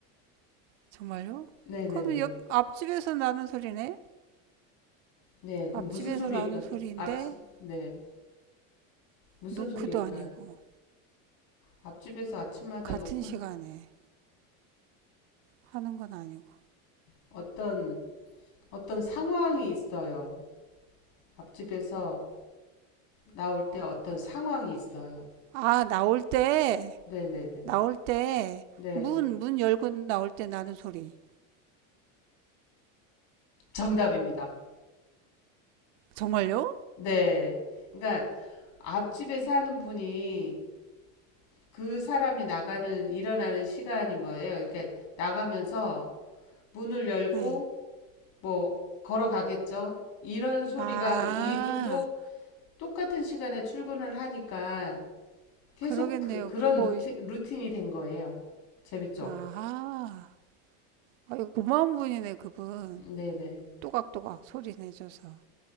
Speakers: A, on the right; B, on the left.
A: 정말요?
B: 네네네.
A: 그러면 옆, 앞집에서 나는 소리네?
B: 네, 그럼
A: 앞집에서
B: 무슨 소리일까요?
A: 나는 소리인데,
B: 앞, 네, 무슨
A: 노크도
B: 소리일까요?
A: 아니고.
B: 앞집에서 아침마다
A: 같은
B: 놓고
A: 시간에
B: 할-
A: 하는 건 아니고.
B: 어떤 어떤 상황이 있어요. 앞집에서 나올 때 어떤 상황이 있어요.
A: 아, 나올 때,
B: 네네네.
A: 나올 때,
B: 네,
A: 문, 문 열고 나올 때 나는 소리.
B: 정답입니다.
A: 정말요?
B: 네. 그러니까 앞집에 사는 분이 그 사람이 나가는 일어나는 시간인 거예요. 이렇게 나가면서 문을 열고
A: 응.
B: 뭐 걸어가겠죠. 이런 소리가
A: 아,
B: 이분도 똑같은 시간에 출근을 하니까 계속
A: 그러겠네요.
B: 그, 그런
A: 뭐,
B: 루틴, 루틴이 된 거예요. 재밌죠?
A: 아하. 아유, 고마운 분이네, 그분.
B: 네네.
A: 또각또각 소리 내줘서.